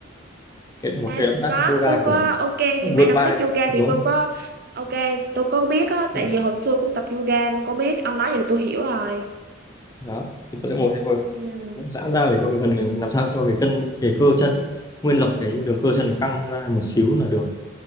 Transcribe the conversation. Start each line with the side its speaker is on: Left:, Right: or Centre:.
Left: cái một
Right: À,
Left: cái động tác
Right: có,
Left: yoga
Right: tôi có
Left: kiểu
Right: ok
Left: vươn
Right: gì mấy động
Left: vai
Right: tác yoga
Left: đúng
Right: thì tôi
Left: không
Right: có ok, tôi có biết á, tại
Left: kiểu
Right: vì hồi xưa cũng tập yoga nên có biết, ông nói vậy là tôi hiểu rồi.
Left: đó thì bà sẽ ngồi lên và
Right: Ừ.
Left: giãn ra để cho cái phần làm sao cho cái cân cái cơ chân nguyên dọc cái đường cơ chân căng ra một xíu là được